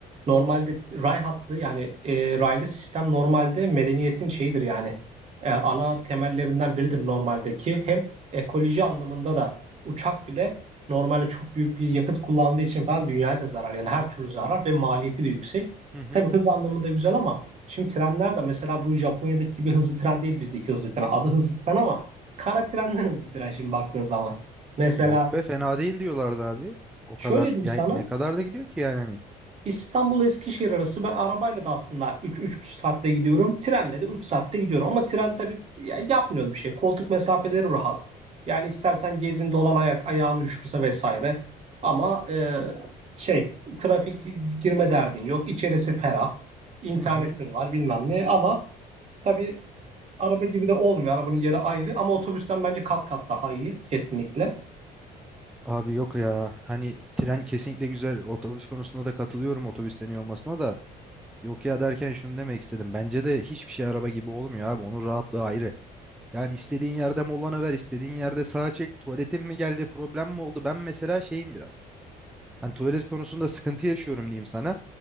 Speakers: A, on the right; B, in the centre.
A: normalde ray hattı yani e, raylı sistem normalde medeniyetin şeyidir yani E, ana temellerinden biridir normaldeki hem ekoloji anlamında da uçak bile normalde çok büyük bir yakıt kullandığı için falan dünyaya da zarar yani her türlü zarar ve maliyeti de yüksek.
B: Hı hı.
A: Tabii hız anlamında güzel ama şimdi trenler de mesela bu Japonya'daki gibi hızlı tren değil bizdeki hızlı tren adı hızlı tren ama kara trenden hızlı tren şimdi baktığın zaman. Mesela
B: Yok be fena değil diyorlardı abi. O
A: şöyle
B: kadar
A: diyeyim
B: yani
A: sana
B: ne kadar da gidiyor ki yani hani.
A: İstanbul Eskişehir arası ben arabayla da aslında 3-3,5 saatte gidiyorum. Trenle de 3 saatte gidiyorum. Ama tren tabii ya- yapmıyorsun bir şey. Koltuk mesafeleri rahat. Yani istersen gezin dolan ayak ayağını üşürse vesaire. Ama e, şey trafik gi- girme derdin yok. İçerisi ferah. İnternetin
B: Hı hı.
A: var bilmem ne ama tabii araba gibi de olmuyor. Arabanın yeri ayrı ama otobüsten bence kat kat daha iyi kesinlikle.
B: Abi yok ya hani tren kesinlikle güzel otobüs konusunda da katılıyorum otobüsten iyi olmasına da yok ya derken şunu demek istedim bence de hiçbir şey araba gibi olmuyor abi onun rahatlığı ayrı yani istediğin yerde molana ver istediğin yerde sağa çek tuvaletin mi geldi problem mi oldu ben mesela şeyim biraz hani tuvalet konusunda sıkıntı yaşıyorum diyeyim sana